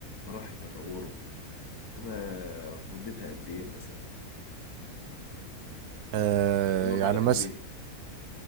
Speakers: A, on the left; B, on the right.
A: مراحل تطوره تبقى مدتها قد ايه مثلا
B: آه
A: عشان يقف
B: يعني
A: على رجليه
B: مثلا